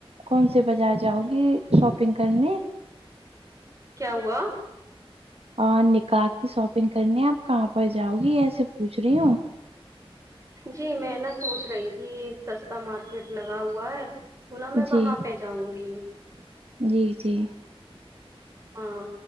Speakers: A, on the right; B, on the right.
A: کون سے بازار جاؤ گی شاپنگ کرنے
B: کیا ہوا
A: اور نکاح کی شاپنگ کرنی ہے آپ کہاں پر جاؤ گی ایسے پوچھ رہی ہوں
B: جی میں نا سوچ رہی تھی سستا مارکیٹ لگا ہوا ہے تو نا میں
A: جی
B: وہاں پے جاؤں گی
A: جی جی
B: ہاں